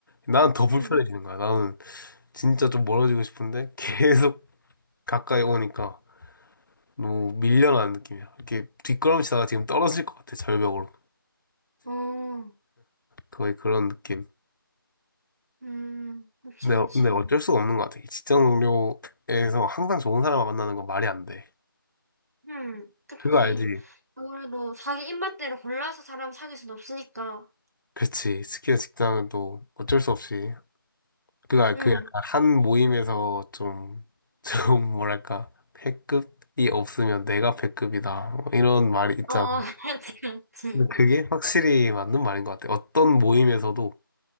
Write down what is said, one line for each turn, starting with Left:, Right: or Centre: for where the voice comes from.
Left: 나는 더 불편해지는
Right: 응,
Left: 거야 나는 진짜 좀 멀어지고 싶은데 <laughs> 계속 가까이 오니까 너무 밀려나는 느낌이야 이렇게 뒷걸음치다가 지금 떨어질 것 같아 절벽으로
Right: 어,
Left: 거의 그런 느낌
Right: 음, 그치,
Left: 근데,
Right: 그치.
Left: 근데 어쩔 수가 없는 것 같아 직장 동료에서 항상 좋은 사람만 만나는 건 말이 안 돼
Right: 응, 그치.
Left: 그거 알지?
Right: 아무래도 자기 입맛대로 골라서 사람 사귈 순 없으니까.
Left: 그치. 스키나 직장은 또 어쩔 수 없이. 그, 아,
Right: 응,
Left: 그 약간 한 모임에서 좀, <laughs> 좀 뭐랄까, 패급이 없으면 내가 패급이다. 뭐 이런 말이 있잖아.
Right: 어, <laughs> 그렇지, 그렇지.
Left: 근데 그게 확실히 맞는 말인 것 같아. 어떤 모임에서도